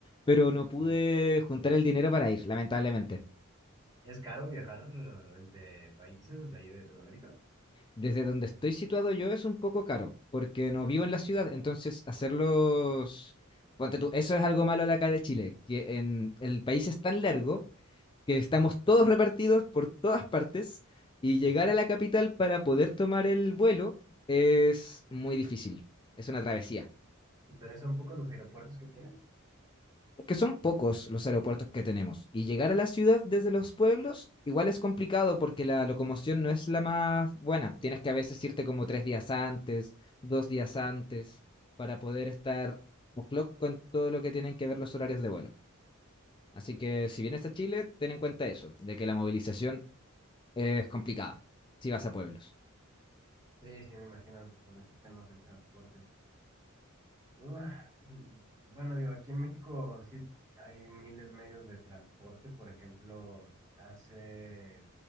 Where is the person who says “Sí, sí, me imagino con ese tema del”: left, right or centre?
Right